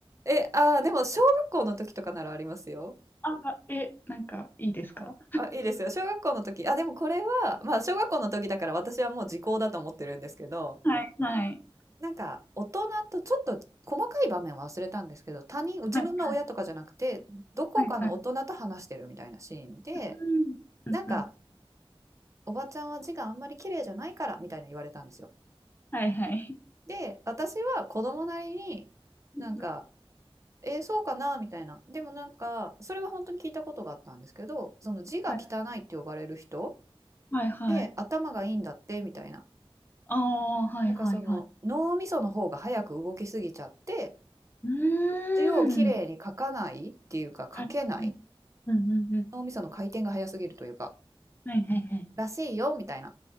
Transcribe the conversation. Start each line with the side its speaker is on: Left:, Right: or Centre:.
Right: え、ああでも小学校の時とかならありますよ。
Left: あ、え、なんかいいですか
Right: はい。あ、いいですよ。小学校の時。あ、でもこれは、まあ小学校の時だから私はもう時効だと思ってるんですけど、
Left: はい、はい。
Right: なんか大人とちょっと細かい場面は忘れたんですけど、他人、自分の親とかじゃなくて、
Left: はい、はい、
Right: どこかの大人と話してるみたいなシーンで、
Left: はい、はい。うん。うん、
Right: なんか、
Left: うん。
Right: おばちゃんは字があんまり綺麗じゃないからみたいな言われたんですよ。
Left: はい、はい。
Right: で、私は子供なりになんか、
Left: うん、
Right: えーそうかなみたいな。でもなんか、それは本当に聞いたことがあったんですけど、その字が汚いって呼ばれる人
Left: はい、はい、はい。
Right: で、頭がいいんだってみたいな。
Left: ああ、はい、
Right: なんかその脳みその方が早く動きすぎちゃって、
Left: はい、はい。うーん。
Right: 字をきれいに書かないっていうか、
Left: はい、
Right: 書けない。
Left: はい。うん、うん、うん。
Right: 脳みその回転が早すぎるというか、
Left: はい、はい、はい。
Right: らしいよみたいな